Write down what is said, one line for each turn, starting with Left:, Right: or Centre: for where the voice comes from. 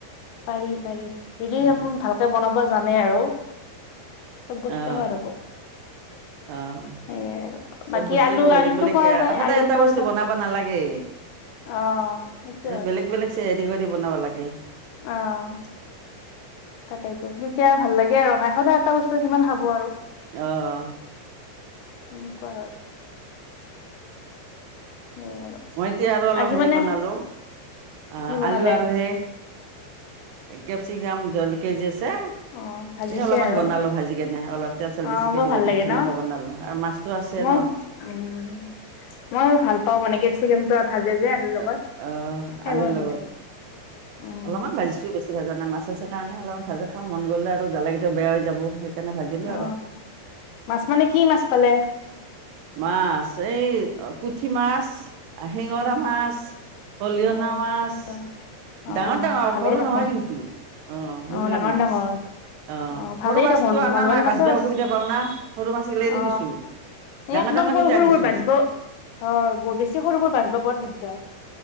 Left: পাৰি- পাৰি, যদি
Right: অ
Left: আপোন ভালকে বনাব জানে আৰু। চব বস্তু
Right: অ
Left: সোৱাদ হব।
Right: অ',
Left: সেয়ে আৰু
Right: চব
Left: বাকী
Right: বস্তু
Left: আলু
Right: বেলেগ
Left: আলুটো
Right: বেলেগকে
Left: খোৱা যায়
Right: সদায়
Left: আলু
Right: এটা
Left: পৰঠাত
Right: বস্তু বনাব নালাগে।
Left: অ', সেইটোয়ে
Right: বেলেগ বেলেগ <unintelligible> হেৰি কৰি বনাব লাগে।
Left: অ', তাকেইতো, তেতিয়া ভাল লাগে আৰু খাই, সদায় এটা বস্তু কিমান খাব আৰু।
Right: অ',
Left: সেনেকুৱা হয়। সেয়াই আৰু।
Right: মই এতিয়া আৰু অলপ
Left: আজি
Right: হেৰি
Left: মানে
Right: বনালো অ'
Left: কি বনালে
Right: আলু আৰু সেই কেপছিকাম জলকীয়া যে আছে।
Left: অ', ভাজিছে
Right: এ অলপমান
Left: আৰু
Right: বনালো ভাজি কেনে অলপ তেল চেল
Left: অ
Right: বেছিকে
Left: বৰ
Right: দিব
Left: ভাল লাগে
Right: ধুনীয়াকে
Left: ন
Right: বনালো আৰু মাছটো আছে
Left: মই
Right: ন'।
Left: উম, মই ভাল পাও মানে কেপছিকেম পুৰা ভাজে যে আলুৰ লগত
Right: অ' অ'
Left: খাই
Right: আলুৰ
Left: বৰ
Right: লগত
Left: ভাল লাগে। উম
Right: অলপমান ভাজিছোঁ বেছি ভাজা নাই মাছ আছে কাৰণে অলপমান ভাজা খাবা মন গ'লে আৰু জালা কেটাও বেয়া হৈ যাব সেইকাৰণে ভাজিলো
Left: অ
Right: আৰু।
Left: মাছ মানে কি মাছ পালে?
Right: মাছ এই পুঠি মাছ শিঙৰা
Left: অ
Right: মাছ পলিঅনা
Left: অ
Right: মাছ।
Left: এনেকুৱা অ
Right: ডাঙৰ - ডাঙৰ,
Left: ভালেই
Right: সৰু
Left: দেখোন
Right: নহয় কিন্তু অ', সেইবিলাক
Left: অ ডাঙৰ
Right: মাছ।
Left: ডাঙৰ
Right: অ',
Left: ভালেই
Right: সৰু মাছটো
Left: দেখোন
Right: আনা
Left: ভাল ভাল
Right: নাই
Left: মাছে
Right: বাছবা
Left: পাইছি
Right: অসুবিধা পাওঁ না সৰু মাছগিলা এৰি
Left: অ
Right: দিছো।
Left: এই
Right: ডাঙৰ
Left: একদম
Right: ডাঙৰ
Left: সৰু
Right: গেইটা
Left: সৰুবোৰ
Right: আনিছোঁ।
Left: বাচিব হয়, বৰ বেছি সৰুবোৰ বাচবা বৰ দিগদাৰ।